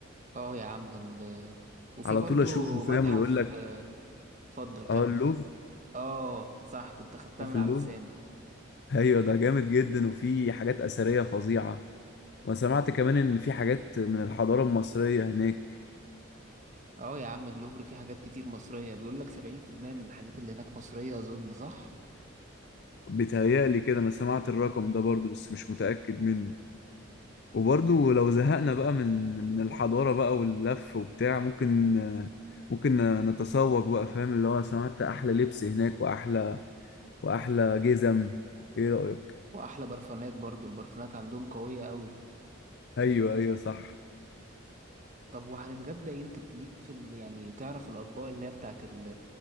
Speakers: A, on the right; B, on the left.
A: اه يا عم ال... وفي
B: على
A: برضو
B: طول اشوفه فاهم
A: متحف
B: ويقول لك
A: آه، اتفضل
B: اه
A: كمل
B: اللوفر
A: اه صح كنت اخدتها من
B: في اللوفر
A: على لساني
B: ايوه ده جامد جدا وفي حاجات اثريه فظيعه وانا سمعت كمان ان في حاجات من الحضاره المصريه هناك
A: اه يا عم اللوفر فيه حاجات كتير مصريه بيقول لك 70% من الحاجات اللي هناك مصريه اظن صح
B: بيتهيألي كده انا سمعت الرقم ده برضو بس مش متاكد منه وبرضو لو زهقنا بقى من من الحضاره بقى واللف وبتاع ممكن ممكن نتسوق بقى فاهم اللي هو سمعت احلى لبس هناك واحلى واحلى جزم ايه رايك
A: واحلى برفانات برضو البرفانات عندهم قويه قوي
B: ايوه ايوه صح
A: طب وهنتغدى ايه انت ليك في ال... يعني تعرف الاطباق اللي هي بتاعت ال...